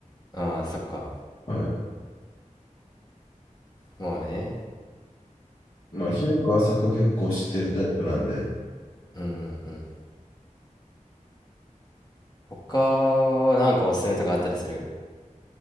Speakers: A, on the left (about 30°); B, on the left (about 55°).
A: ああ、そっか。
B: はい。
A: まあね。
B: まあ、広く浅く結構知ってるタイプなんで。
A: うんうんうん。他はなんかおすすめとかあったりする